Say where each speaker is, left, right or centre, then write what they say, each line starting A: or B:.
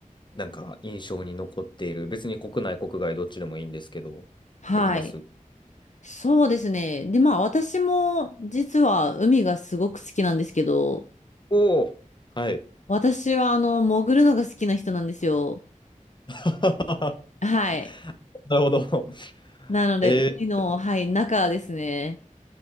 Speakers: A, on the left; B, on the left.
A: なんか印象に残っている、別に国内、国外、どっちでもいいんですけど、
B: はい。
A: あります
B: そうですね。で、まあ私も実は海がすごく好きなんですけど、
A: おおー、はい。
B: 私はあの、潜るのが好きな人なんですよ。
A: <laughs>
B: はい。
A: なるほど。<laughs>
B: なので、
A: えー、
B: 海の、はい、中ですね。